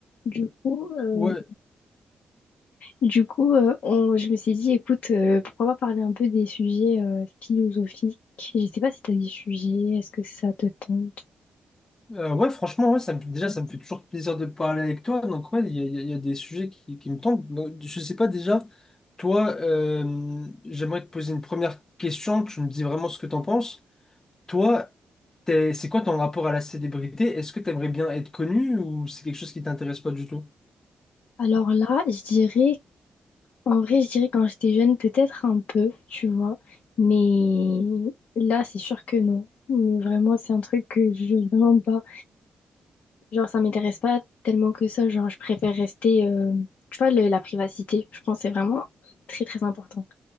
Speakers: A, on the left; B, on the left.
A: Du coup, euh,
B: Ouais,
A: du coup euh, on- je me suis dit, écoute, euh, pourquoi pas parler un peu des sujets euh, philosophiques. Je sais pas si tu as des sujets, est-ce que ça te tente?
B: euh, ouais, franchement, ouais, ça me, déjà, ça me fait toujours plaisir de parler avec toi. Donc, ouais, il y a, il y a- il y a des sujets qui, qui me tentent. Donc, je sais pas déjà, toi, euh, j'aimerais te poser une première question. Tu me dis vraiment ce que t'en penses. Toi, t'es- c'est quoi ton rapport à la célébrité? Est-ce que t'aimerais bien être connu ou c'est quelque chose qui t'intéresse pas du tout?
A: Alors là, je dirais, en vrai, je dirais quand j'étais jeune, peut-être un peu, tu vois, mais là, c'est sûr que non. Mais vraiment, c'est un truc que je veux vraiment pas. Genre, ça m'intéresse pas tellement que ça. Genre, je préfère rester, euh, tu vois, le- la privacité, je pense, que c'est vraiment très, très important.